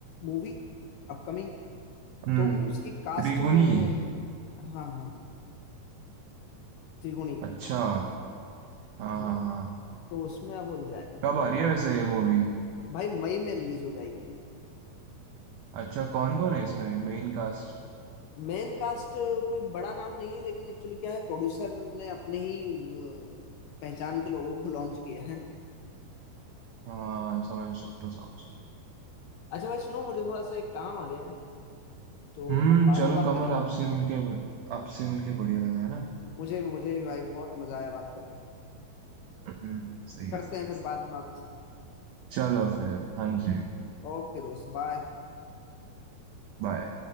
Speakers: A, on the left; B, on the right.
A: मूवी अपकमिंग
B: हम्म
A: तो उसकी कास्ट
B: त्रिगुणी
A: में हाँ हाँ हाँ त्रिगुणी
B: अच्छा हाँ
A: हाँ
B: हाँ हाँ
A: तो उसमें अब मिल जाएगा
B: कब आ रही है वैसे ये मूवी
A: भाई मई में रिलीज हो जाएगी ये
B: अच्छा कौन कौन है इसमें मेन कास्ट
A: मेन कास्ट कोई बड़ा नाम नहीं है लेकिन एक्चुअली क्या है प्रोड्यूसर ने अपने ही अ, पहचान के लोगों को लॉन्च किया है
B: हाँ समझ सकता हूँ, समझ सकता
A: अच्छा भाई सुनो मुझे थोड़ा सा एक काम आ गया है तो
B: हूँ। हम्म
A: हम बाद
B: चलो
A: में बात
B: कमल
A: करें
B: आपसे मिलके आपसे मिलके बढ़िया लगा है ना
A: मुझे मुझे भी भाई बहुत मजा आया बात करके
B: हम्म सही
A: करते
B: है सही
A: हैं
B: है
A: फिर बात बात
B: चलो फिर हाँ जी
A: ओके दोस्त बाय
B: बाय